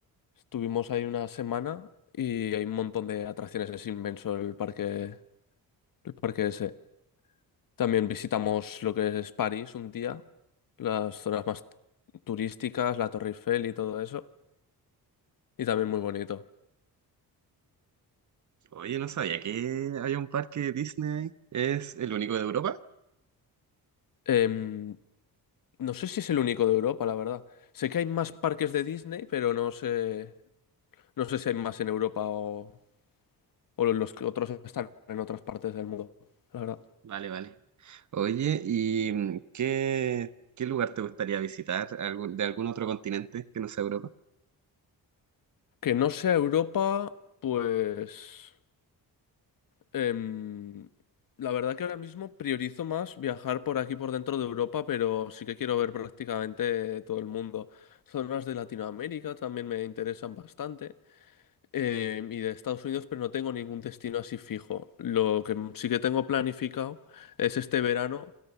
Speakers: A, on the left (about 60°); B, on the right (about 50°).
A: Estuvimos ahí una semana y hay un montón de atracciones, es inmenso el parque, el parque ese. También visitamos lo que es París un día, las zonas más turísticas, la Torre Eiffel y todo eso, y también muy bonito.
B: Oye, no sabía que había un parque Disney. ¿Es el único de Europa?
A: Em, no sé si es el único de Europa, la verdad. Sé que hay más parques de Disney, pero no sé, no sé si hay más en Europa o, o los que otros están en otras partes del mundo, la verdad.
B: Vale, vale. Oye, ¿y mm, qué, qué lugar te gustaría visitar algún- de algún otro continente que no sea Europa?
A: Que no sea Europa, pues... Em, la verdad que ahora mismo priorizo más viajar por aquí, por dentro de Europa, pero sí que quiero ver prácticamente todo el mundo. Zonas de Latinoamérica también me interesan bastante, em, y de Estados Unidos, pero no tengo ningún destino así fijo. Lo que sí que tengo planificado es este verano